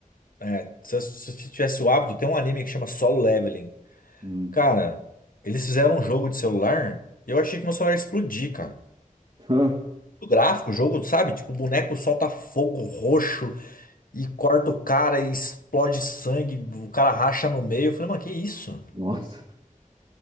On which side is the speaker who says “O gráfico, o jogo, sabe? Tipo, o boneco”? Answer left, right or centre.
Left